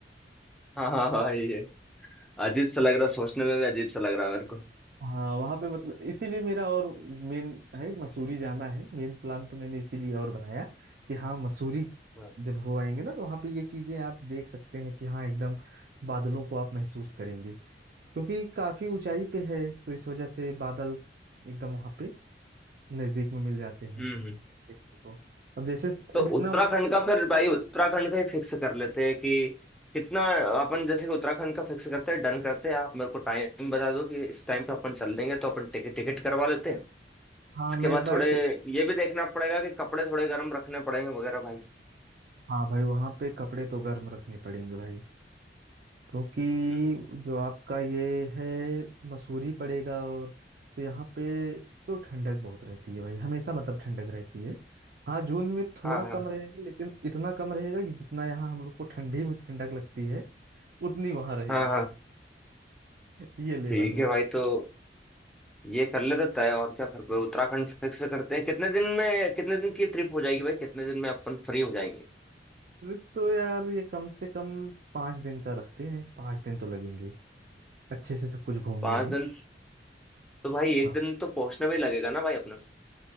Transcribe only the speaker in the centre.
हाँ हाँ भाई ये अजीब सा लग रहा है सोचने में भी अजीब सा लग रहा है मेरे को
हाँ।
हम्म
तो
उत्तराखंड
का फिर भाई उत्तराखंड का ही फिक्स कर लेते हैं कि कितना अपन जैसे कि उत्तराखंड का फिक्स करते हैं डन करते हैं आप मेरे को टाइम बता दो कि इस टाइम पे अपन चल देंगे तो अपन टिकट टिकट करवा लेते हैं
इसके
बाद
थोड़े
ये भी देखना पड़ेगा कि कपड़े थोड़े गर्म रखने पड़ेंगे वगैरह भाई
हम्म।
हाँ हाँ
हाँ हाँ
ठीक
है
भाई तो ये कर लेते तय और क्या फिर उत्तराखंड फिक्स करते हैं कितने दिन में कितने दिन की ट्रिप हो जाएगी भाई कितने दिन में अपन फ्री हो जाएंगे
पांच
दिन तो भाई एक
दिन तो पहुंचने में ही लगेगा ना भाई अपने को।